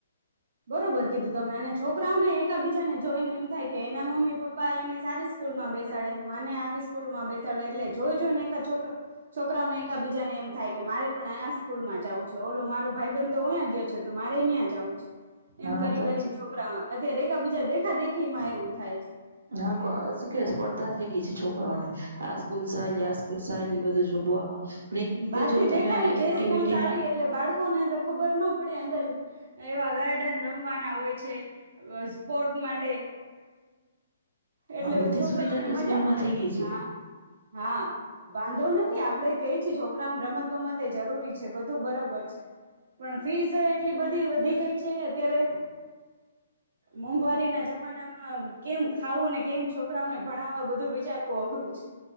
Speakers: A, on the right; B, on the right.
A: બરોબર કીધું તમે અને છોકરાઓને એકા બીજાને જોઈને એમ થાય કે એના મમ્મી પપ્પા એને સારી સ્કૂલમાં બેસાડે મને આવી સ્કૂલ માં બેસાડે એટલે જોઈજ ને એકોકરા છોકરાઓને એક બીજાને એમ થાય કે મારે પણ આ સ્કૂલમાં જવું છે ઓલો મારો ભાઈ બંધ તો અયા ગયો છે તો મારે ત્યાં જાવું છે એમ
B: હા
A: કરી
B: સાચી
A: કરીને છોકરામાં અત્યારે બીજા દેખા દેખી માં એવું થાય છે
B: હા શું કે સ્પર્ધા થઈ ગઈ છે છોકરોને આ સ્કૂલ સારી આ સ્કૂલ સારી બધ જોવામાં ને એક રીતે
A: બહાર
B: જો
A: થી
B: તમે
A: દેખાય
B: આ
A: જે
B: એક્ટિવિટી
A: સ્કૂલ સારી
B: ના
A: એટલે બાળકો ને ખબર ના પડે અંદર એવા ગાર્ડન રમવાના હોય છે સ્પોર્ટ માટે એટલે
B: બધી
A: છોકરાઓને
B: સુવિધા ત્યાં
A: મજા
B: સ્કૂલમાં
A: પડે
B: થઈ ગઈ છે
A: હા હા વાંધો નથી આપડે કઈ છે છોકરાને રમત ગમત એ જરૂરી છે બધું બરોબર છે પણ ફીઝ એટલી બધી વધી ગઈ છે અત્યારે મોંઘવારીના જમાનામાં કેમ ખાવું ને કેમ છોકરાઓને ભણાવવા બધું વિચારવું અઘરું જ